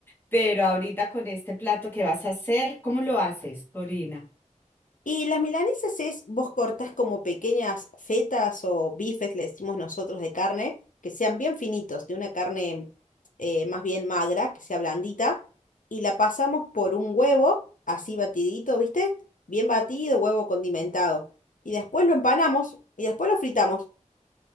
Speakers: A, on the left; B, on the left.
A: pero ahorita con este plato que vas a hacer, ¿cómo lo haces, Corina?
B: Y las milanesas es, vos cortás como pequeñas fetas o bifes, le decimos nosotros, de carne, que sean bien finitos, de una carne eh, más bien magra, que sea blandita, y la pasamos por un huevo, así batidito, ¿viste? Bien batido, huevo condimentado. Y después lo empanamos y después lo fritamos.